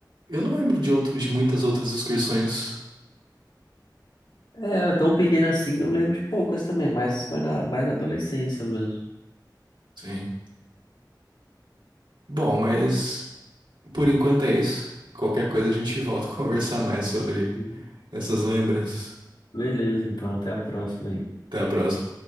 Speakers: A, on the right (about 85°); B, on the left (about 80°).
A: eu não lembro de, outro, de muitas outras excursões.
B: É, tão pequena assim, eu lembro de poucas também, mas foi na, mais na adolescência mesmo.
A: Sim. Bom, mas por enquanto é isso. Qualquer coisa a gente volta a conversar mais sobre
B: Uhum.
A: essas lembranças.
B: Beleza, então, até a próxima aí.
A: Até a próxima.